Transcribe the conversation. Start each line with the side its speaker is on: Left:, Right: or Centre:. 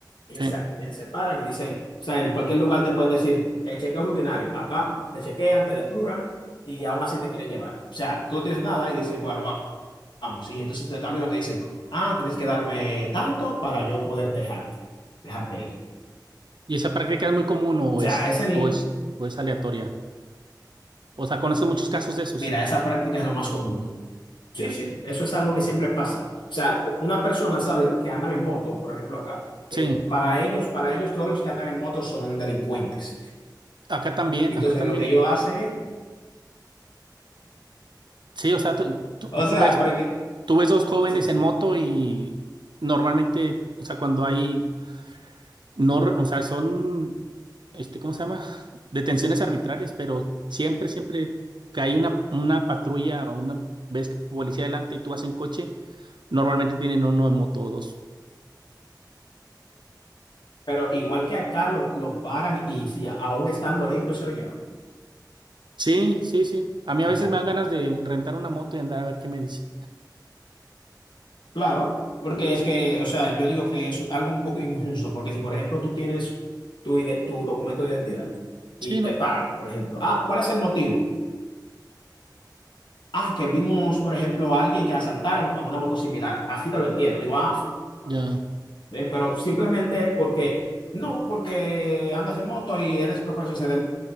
Left: ellos
Right: sí.
Left: se, eh, se paran y dicen, o sea, en cualquier lugar te pueden decir, eh, chequeo rutinario, acá te chequean, te depuran y aún así te quieren llevar. O sea, tú no tienes nada y dicen, bueno, va- vamos. Y entonces de camino te dicen, ah, tienes que darme tanto para yo poder dejarte, dejarte ir.
Right: ¿Y esa práctica es muy común o
Left: O sea,
Right: es,
Left: a ese nivel,
Right: o es, o es aleatoria? O sea, conoces muchos casos de esos.
Left: mira, esa práctica es lo más común. Sí,
Right: Ya.
Left: sí, eso es algo que siempre pasa. O sea, una persona sabe que andan en moto, por ejemplo, acá.
Right: Sí.
Left: eh, para ellos, para ellos, todos los que andan en moto son delincuentes.
Right: Acá también,
Left: Y entonces
Right: acá también.
Left: lo que ellos
Right: o-
Left: hacen es,
Right: Sí, o sea, tú, tú-
Left: o
Right: tú
Left: sea,
Right: ves,
Left: pero es que,
Right: tú ves dos jóvenes
Left: sí, sí.
Right: en moto y normalmente, o sea, cuando hay, no, re- o sea, son, este, ¿cómo se llama? <laughs> Detenciones arbitrarias, pero siempre, siempre que hay una, una patrulla o una, ves que policía adelante y tú vas en coche, normalmente tienen uno en moto o dos.
Left: Pero igual que acá lo, lo paran y si aún estando limpio se lo llevan.
Right: Sí, sí, sí. A mí a veces
Left: ¿O cómo?
Right: me dan ganas de rentar una moto y andar a ver qué me dicen.
Left: Claro, porque es que, o sea, yo digo que es algo un poco injusto, porque si, por ejemplo, tú tienes tu, ide- tu documento de identidad y
Right: Sí, no,
Left: te paran, por ejemplo, ah, ¿cuál es el motivo? ah, que vimos, por ejemplo, a alguien que asaltaron a una moto similar. Así te lo entiendo. Digo, ah, bueno,
Right: ya,
Left: eh, pero simplemente porque, no, porque andas en moto y eres propenso a ser